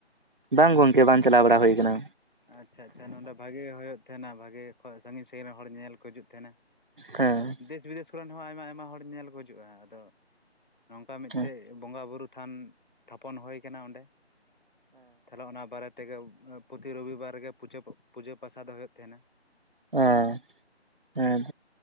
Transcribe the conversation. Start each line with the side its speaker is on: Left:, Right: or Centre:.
Right: ᱵᱟᱝ ᱜᱚᱝᱠᱮ ᱵᱟᱝ ᱪᱟᱞᱟᱣ ᱵᱟᱲᱟ ᱦᱩᱭ ᱠᱟᱱᱟ
Left: ᱟᱪᱪᱷᱟ ᱟᱪᱪᱷᱟ ᱱᱚᱸᱰᱮ ᱵᱷᱟᱜᱮ ᱦᱩᱭᱩᱜ ᱛᱟᱦᱮᱸᱱᱟ ᱵᱷᱟᱜᱮ ᱥᱟᱺᱜᱤᱧ ᱥᱟᱺᱜᱤᱧ ᱦᱚᱲ ᱧᱮᱞ ᱠᱚ ᱦᱤᱡᱩᱜ ᱛᱟᱸᱦᱮᱱᱟ
Right: ᱦᱮᱸ
Left: ᱫᱮᱥ ᱵᱤᱫᱮᱥ ᱠᱚᱨᱮᱱ ᱦᱚᱸ ᱟᱭᱢᱟ ᱟᱭᱢᱟ ᱦᱚᱲ ᱧᱮᱧᱮᱞ ᱠᱚ ᱦᱤᱡᱩᱜᱼᱟ ᱟᱫᱚ ᱱᱚᱝᱠᱟ ᱢᱤᱫ
Right: ᱦᱮᱸ
Left: ᱴᱮᱡ ᱵᱚᱸᱜᱟᱼᱵᱩᱨᱩ ᱛᱷᱟᱱ ᱛᱷᱟᱯᱚᱱ ᱦᱩᱭ ᱠᱟᱱᱟ ᱚᱸᱰᱮ ᱛᱟᱦᱚᱞᱮ ᱚᱱᱟ ᱵᱟᱨᱮ ᱛᱮᱜᱮ ᱯᱨᱚᱛᱤ ᱨᱚᱵᱤᱵᱟᱨ ᱜᱮ ᱯᱩᱡᱟᱹ ᱯᱩᱡᱟᱹ ᱯᱟᱥᱟ ᱫᱚ ᱦᱩᱭᱩᱜ ᱛᱟᱸᱦᱮᱱᱟ
Right: ᱚᱸ ᱦᱮᱸ